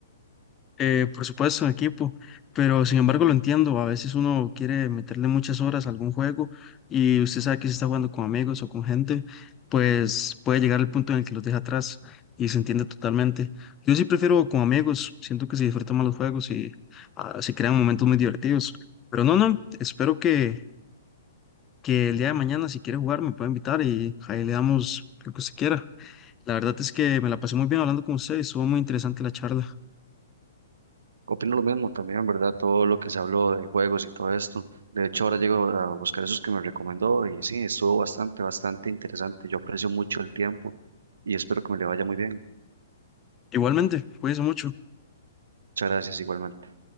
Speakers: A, on the left (about 25°); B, on the right (about 65°).
A: Eh, por supuesto, en equipo, pero sin embargo lo entiendo, a veces uno quiere meterle muchas horas a algún juego y usted sabe que si está jugando con amigos o con gente, pues puede llegar al punto en el que los deja atrás y se entiende totalmente. Yo sí prefiero con amigos, siento que se disfrutan más los juegos y ah, se crean momentos muy divertidos. Pero no, no, espero que que el día de mañana, si quiere jugar, me puede invitar y ahí le damos lo que usted quiera. La verdad es que me la pasé muy bien hablando con usted y estuvo muy interesante la charla.
B: Opino lo mismo también, ¿verdad? Todo lo que se habló de juegos y todo esto. De hecho, ahora llego a buscar esos que me recomendó y sí, estuvo bastante, bastante interesante. Yo aprecio mucho el tiempo y espero que me le vaya muy bien.
A: Igualmente, cuídense mucho.
B: Muchas gracias igualmente.